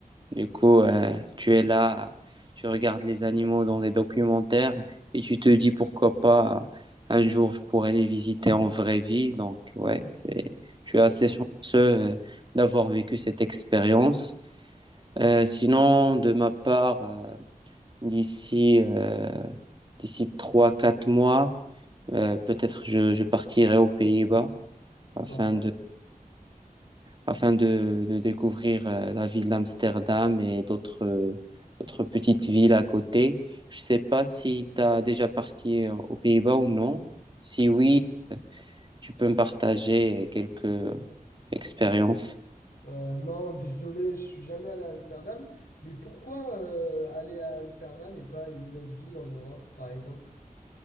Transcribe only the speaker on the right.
Du coup, euh, tu es là, tu regardes les animaux dans les documentaires et tu te dis pourquoi pas euh, un jour je pourrais les visiter en vraie vie. Donc, ouais, c'est, je suis assez chanceux euh, d'avoir vécu cette expérience. Euh, sinon, de ma part, euh, d'ici euh, d'ici trois quatre mois, Euh, peut-être je, je partirai aux Pays-Bas afin
de, afin de, de découvrir euh, la ville d'Amsterdam et d'autres euh, d'autres petites villes à côté. Je sais pas si tu as déjà parti euh, aux Pays-Bas ou non. Si oui, tu peux me partager quelques expériences.